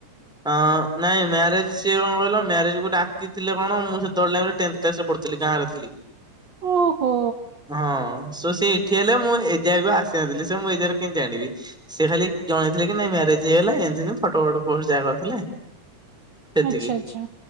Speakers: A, in the centre; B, on the right.
A: ଅଁ ନାଇଁ ମ୍ୟାରେଜ ସିଏ କଣ କହିଲ, ମ୍ୟାରେଜକୁ ଡାକିଥିଲେ କଣ? ମୁଁ ସେତେବେଳ ଟାଇମ୍ ରେ ଟେନ୍ଥ କ୍ଲାସରେ ପଢୁଥିଲି, ଗାଁରେ ଥିଲି।
B: ଓହୋ
A: ହଁ। ସୋ ସିଏ ଇଠି ହେଲେ ମୁଁ ଏ ଜାଗାକୁ ଆସି ନଥିଲି, ସୋ ମୁଁ ଏ ଜାଗାରେ କେନ୍ତି ଜାଣିବି। ସେ ଖାଲି ଜଣେଇଥିଲେ କି ନାଇଁ ମ୍ୟାରେଜ ହେଇଗଲା, ଏନ୍ତି ନୁହଁ ଫଟୋ ପଟୋ ପୋଷ୍ଟ ଯା କରିଥିଲେ ସେତିକି।
B: ଆଚ୍ଛା ଆଚ୍ଛା